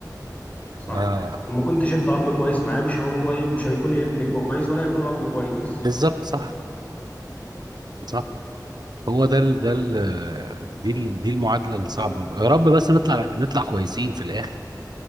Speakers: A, on the left (about 20°); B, on the right (about 75°).
A: صح
B: ف-
A: وما كنتش انت اب كويس معاه مش هو ايه مش هيكون ابن كويس ولا هيكون اب كويس
B: بالظبط صح صح هو ده ال ده ال دي ال دي المعادله الصعبه
A: ده
B: يا رب بس نطلع نطلع كويسين في الاخر